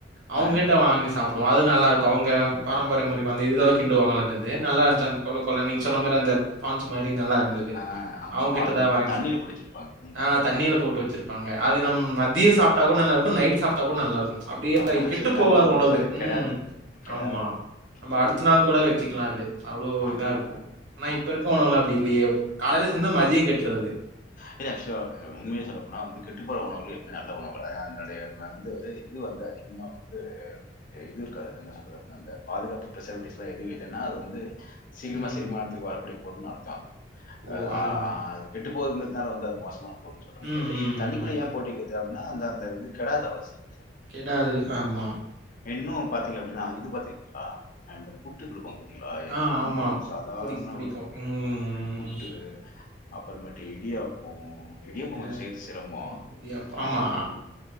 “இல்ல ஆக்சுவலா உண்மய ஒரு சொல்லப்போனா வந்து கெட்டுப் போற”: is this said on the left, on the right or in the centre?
Left